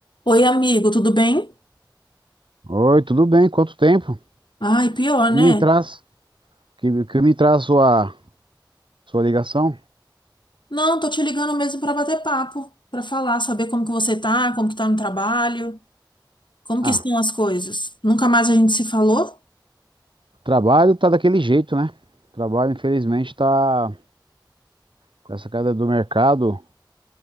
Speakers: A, on the left (about 70°); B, on the right (about 85°).
A: Oi, amigo, tudo bem?
B: Oi, tudo bem? Quanto tempo?
A: Ai, pior,
B: Que
A: né?
B: me traz? Que, que me traz sua sua ligação?
A: Não, tô te ligando mesmo pra bater papo, pra falar, saber como que você tá, como que tá no trabalho, como
B: Ah,
A: que estão as coisas. Nunca mais a gente se falou?
B: o trabalho tá daquele jeito, né? O Trabalho, infelizmente, tá com essa queda do mercado. o